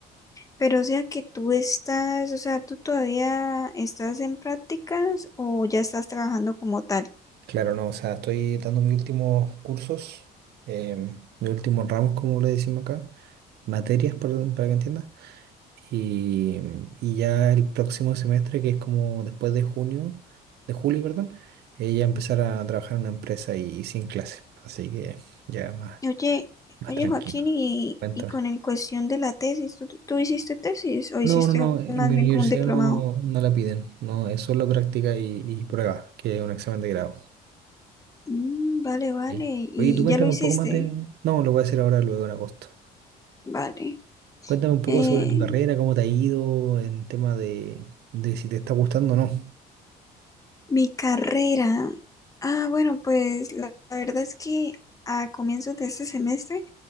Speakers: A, on the left; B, on the right.
A: Pero o sea que tú estás, o sea, tú todavía estás en prácticas o ya estás trabajando como tal.
B: Claro, no, o sea, estoy dando mis últimos cursos, em, mis últimos ramos, como le decimos acá, materias, perdón, para que entiendas. Y, y ya el próximo semestre, que es como después de junio, de julio, perdón, eh, ya empezar a trabajar en una empresa y, y sin clases. Así que ya más,
A: Oye,
B: más
A: oye
B: tranquilo.
A: Joaquín, y,
B: Cuéntame.
A: y con el cuestión de la tesis, ¿tú, tú hiciste tesis o hiciste
B: No, no, no, en
A: más
B: mi
A: bien
B: universidad
A: como un diplomado?
B: no, no la piden, no, es solo práctica y, y prueba, que es un examen de grado.
A: Mm, vale, vale,
B: Sí.
A: y
B: Oye, tú cuéntame
A: ya lo hiciste.
B: un poco más de... No, lo voy a hacer ahora, luego en agosto.
A: Vale.
B: Cuéntame un poco
A: Eh,
B: sobre tu carrera, cómo te ha ido en tema de, de si te está gustando o no.
A: mi carrera. Ah, bueno, pues la, la verdad es que a comienzos de este semestre,